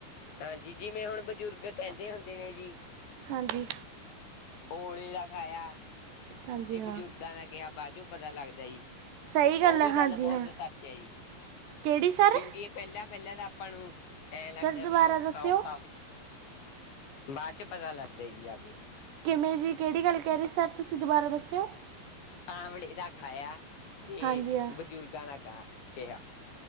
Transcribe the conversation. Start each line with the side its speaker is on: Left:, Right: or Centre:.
Left: ਹਾਂਜੀ, ਜਿਵੇਂ ਹੁਣ ਬਜ਼ੁਰਗ ਕਹਿੰਦੇ ਹੁੰਦੇ ਨੇ ਜੀ।
Right: ਹਾਂਜੀ।
Left: ਔਲੇ ਦਾ ਖਾਇਆ,
Right: ਹਾਂਜੀ
Left: ਤੇ ਬਜ਼ੁਰਗਾਂ
Right: ਹਾਂ
Left: ਦਾ ਕਿਹਾ ਬਾਅਦ'ਚੋਂ ਪਤਾ ਲੱਗਦਾ ਜੀ।
Right: ਸਹੀ
Left: ਉਹ ਵੀ
Right: ਹੈ ਹਾਂਜੀ
Left: ਗੱਲ ਬਹੁਤ
Right: ਹਾਂ
Left: ਸੱਚ ਹੈ ਜੀ,
Right: ਕਿਹੜੀ ਸਰ
Left: ਕਿਉਂਕਿ ਪਹਿਲਾਂ-ਪਹਿਲਾਂ ਤਾਂ ਆਪਾਂ ਨੂੰ, ਐ ਲੱਗਦਾ
Right: ਸਰ ਦੁਬਾਰਾ
Left: ਵੀ ਔਖਾ-ਔਖਾ
Right: ਦੱਸਿਓ
Left: ਬਾਅਦ'ਚ ਪਤਾ ਲੱਗਦਾ ਜੀ ਆਕੇ।
Right: ਕਿਵੇਂ ਜੀ ਕਿਹੜੀ ਗੱਲ ਕਹਿ ਰਹੇ ਸਰ, ਤੁਸੀਂ ਦੁਬਾਰਾ ਦੱਸਿਓ?
Left: ਆਮਲੇ ਦਾ ਖਾਇਆ ਤੇ
Right: ਹਾਂਜੀ ਹਾਂ
Left: ਬਜ਼ੁਰਗਾਂ ਦਾ ਗਾ ਕਿਹਾ।